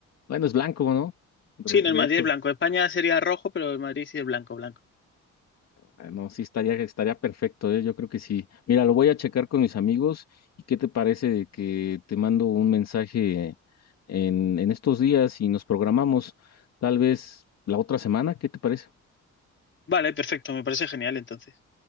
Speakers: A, on the left; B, on the left.
A: bueno, es blanco, ¿no? Re-
B: Sí, no,
A: De
B: el Madrid
A: hecho,
B: es blanco. España sería rojo, pero el Madrid sí es blanco, blanco.
A: ah, no, sí estaría, estaría perfecto, ¿eh? Yo creo que sí. Mira, lo voy a checar con mis amigos y qué te parece de que te mando un mensaje en, en estos días y nos programamos tal vez la otra semana, ¿qué te parece?
B: Vale, perfecto, me parece genial entonces.